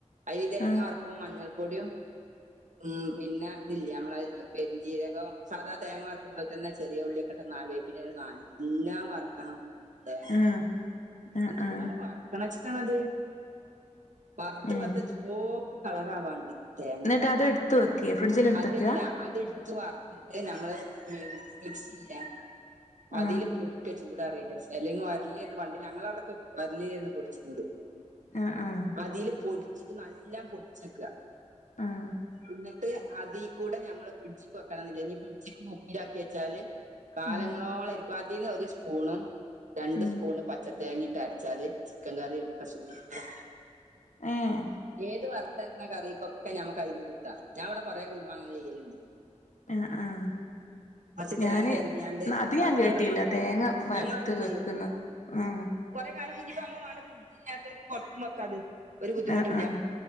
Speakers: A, on the right; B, on the left.
A: അരി തേങ്ങ
B: ആഹ്
A: വറത്തി് കും മഞ്ഞൾപ്പൊടിയോ. ഉം പിന്നെ ഇതില്ലേ നമ്മള ഉം പെരഞ്ജീരകം സാധാ തേങ്ങ വറക്കുമ്പോെ തന്നെ ചെറിയ ഉള്ളിയൊക്കെട്ട്ന്നവേും പിന്നെ നല്ല വറക്കണം തേങ്ങ.
B: ആഹ് ആഹ്
A: എതുപോലെ
B: ആഹ്
A: വർക്കണച്ചിട്ടാണ അത് വറുത്ത്
B: ഏഹ്
A: വറത്ത് ചോപ്പ് കളറ ആവാണ്ട് തേങ്ങ
B: എന്നിട്ട് അത് എടുത്ത് വെക്കേ ഫ്രിഡ്ജിൽ എടുത്ത്
A: അതെല്ല
B: വെക്കാ
A: അത് ഇട് വറട്ട് നമ്മള് മിക് <unintelligible> അതിൽ
B: ആഹ്
A: പൊടിക്ക അന്ത അറയില്ലേ അല്ലെങ്കും വരലിന്ന് വണ്ടി ഞങ്ങള അടക്കക്ക് ഒരലിന്ന് പൊടിച്ചുന്നത്.
B: ആ ആഹ്
A: അതില് പൊടിച്ചിട്ട് നല്ലാം പൊടിച്ചക്ക.
B: ആഹ്
A: എന്നിട്ട് അതിൽ കൂടെ ഞമ്മള് ഫ്രിഡ്ജക്ക് വെക്കണം എന്നില്ല ഇനി ഫ്രിഡ്ജിക്ക് ഉപ്പിലാക്കി വെച്ചാല്. കാലങ്ങളോളോം
B: ഉം
A: ഇരിക്കും അതിന്ന് ഒരു സ്പൂണും രണ്ട്
B: ഉം
A: സ്പൂണും പച്ച തേങ്ങിട്ട് അരച്ചാല് ചിക്കൻ കറി ഒക്കെ സൂപ്പറാ.
B: ആഹ്.
A: ഏത് വറുത്തരക്കുന്ന കറക്കൊക്കെ നമ്മു ക അയിന്ന് കൂട്ടാം ഞാൻ ഇവിടെ കുടുംബം അങ്ങനെ ചെയ്യലുണ്ട്.
B: ആ ആഹ്.
A: കുറച്ച്
B: ഞാന്
A: തേങ്ങ ചരുകിയാണ്ട്
B: അത് ഞാൻ
A: വറുത്തട
B: കേട്ടില്ല
A: വെക്കും
B: തേങ്ങ വറുത്ത്
A: ഞങ്ങളവിടെ ചെയ്യും
B: വെക്കുന്ന ആ.
A: <unintelligible> ഫ്രിഡ്ജ് ഇല്ലാത്തോർക്ക് പുറത്തും വെക്കാതെ ഒരു ബുദ്ധിമുട്ട്
B: ആഹ്
A: ട്ടുല്ല
B: ആഹ്